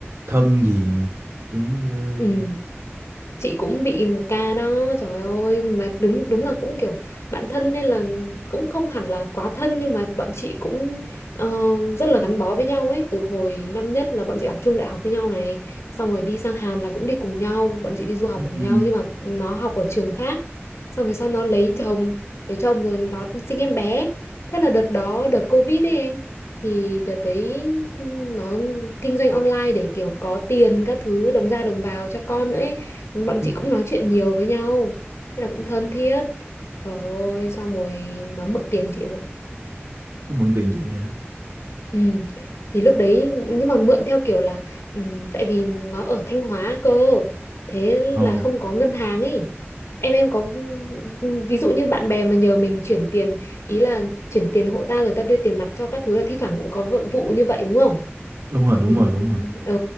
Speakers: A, on the right; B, on the left.
A: thân gì mà, chán ghê
B: ừ
A: luôn.
B: chị cũng bị một ca đó trời ơi nhưng mà đúng đúng là cũng kiểu bạn thân nên là cũng không hẳn là quá thân nhưng mà bọn chị cũng ờ, rất là gắn bó với nhau ấy từ hồi năm nhất là bọn chị học chung đại học với nhau này xong rồi đi sang Hàn là cũng đi cùng nhau bọn chị đi du học
A: Ừ,
B: cùng
A: ừ,
B: nhau nhưng mà nó học ở trường khác xong rồi sau nó lấy chồng lấy chồng rồi nó sinh em bé thế là đợt đó đợt Covid ấy em thì đợt đấy nó kinh doanh online để kiểu có tiền các thứ đồng ra đồng vào cho con nữa ấy. Bọn
A: ừ,
B: chị cũng nói chuyện nhiều với nhau thế là cũng thân thiết trời ơi xong rồi nó mượn tiền chị em ạ
A: nó mượn tiền chị hả?
B: ừ. thì lúc đấy nhưng mà mượn theo kiểu là ừ, tại vì nó ở Thanh Hóa cơ thế là
A: Ờ,
B: không có ngân hàng ấy em em có ví dụ như bạn bè mà nhờ mình chuyển tiền ý là chuyển tiền hộ ta rồi ta đưa tiền mặt cho các thứ là thi thoảng cũng có vụ vụ như vậy đúng không
A: đúng rồi, đúng
B: thì
A: rồi, đúng rồi.
B: ừ